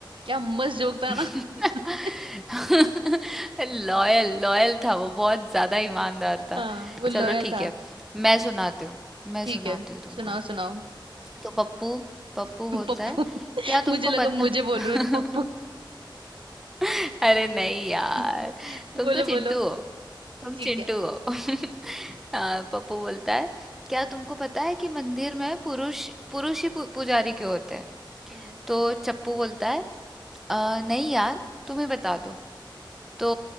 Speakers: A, on the right; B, in the centre.
A: क्या मस्त जोक था
B: <laughs>
A: ना <laughs>
B: लॉयल लॉयल था वो बहुत ज्यादा ईमानदार था
A: हाँ वो लॉयल
B: चलो ठीक
A: था
B: है मैं सुनाती हूँ मैं
A: ठीक
B: सुनाती
A: है
B: हूँ तुमको
A: सुनाओ सुनाओ
B: तो पप्पू पप्पू
A: <laughs>
B: बोलता
A: पप्पू
B: है क्या
A: मुझे
B: तुमको
A: लगा
B: पता
A: मुझे बोल
B: <laughs>
A: रहे हो पप्पू
B: <laughs> अरे नहीं यार
A: <laughs>
B: तुम
A: बोलो
B: तो चिंटू
A: बोलो
B: हो तुम
A: ठीक
B: चिंटू
A: है
B: हो <laughs> हाँ, पप्पू बोलता है क्या तुमको पता है कि मंदिर में पुरुष पुरुष ही पू- पुजारी क्यों होते हैं
A: हम्म
B: तो चप्पू बोलता है "अ, नहीं यार तुम ही बता दो तो